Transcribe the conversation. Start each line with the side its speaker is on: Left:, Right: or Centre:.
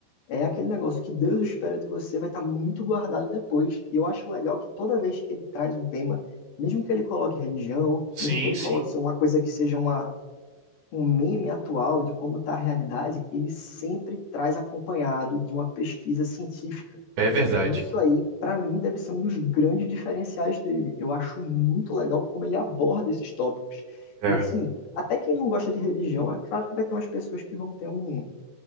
Left: é aquele negócio que Deus espera de você, vai estar muito guardado depois. E eu acho legal que toda vez que ele traz um tema, mesmo que ele coloque religião,
Right: Sim,
Left: mesmo que ele
Right: sim.
Left: coloque assim, uma coisa que seja uma, um meme atual de como está a realidade, ele sempre traz acompanhado de uma pesquisa científica
Right: É verdade.
Left: isso aí, pra mim, deve ser um dos grandes diferenciais dele. Eu acho muito legal como ele aborda esses tópicos.
Right: É.
Left: E assim, até quem não gosta de religião, é claro que vai ter umas pessoas que vão ter um,